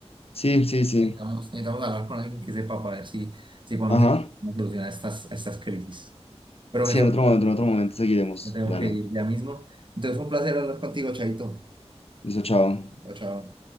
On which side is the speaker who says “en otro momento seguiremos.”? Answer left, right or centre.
Left